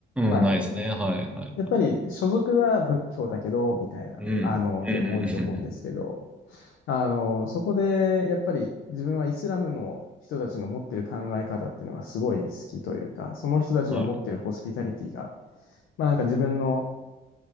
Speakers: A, on the left; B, in the centre.
A: まあ、
B: うん、ないですね。はい、はい。
A: やっぱり所属は仏教だけど、みたいな、
B: うん。
A: あの、っていうの多いと思うんですけど、
B: うん、うん、うん。うん
A: あの、そこでやっぱり自分はイスラムの人たちの持ってる考え方っていうのがすごい好きというか、その人たちの持ってるホスピタリティが、
B: はい、
A: まあなんか自分の